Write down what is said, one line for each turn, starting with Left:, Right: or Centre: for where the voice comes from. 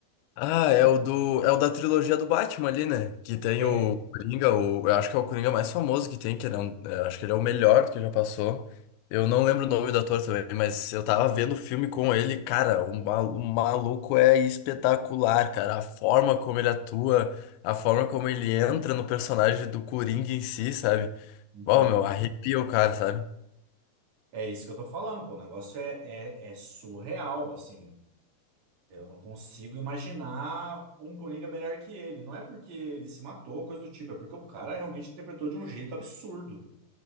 Left: Ah, é o do, é o da trilogia do Batman ali, né? Que tem
Right: É,
Left: o Coringa, o, eu acho que é o Coringa mais famoso que tem, que ele é um, eu acho que ele é o melhor que já passou. Eu não lembro o nome do ator também, mas eu tava vendo o filme com ele, cara, o, ma- o maluco é espetacular, cara. A forma como ele atua, a forma como ele entra no personagem do Coringa em si, sabe?
Right: então,
Left: Uau, meu, arrepia o cara, sabe?
Right: é isso que eu tô falando, pô, o negócio é, é, é surreal, assim. Eu não consigo imaginar um Coringa melhor que ele. Não é porque ele se matou, coisa do tipo, é porque o cara realmente interpretou de um jeito absurdo.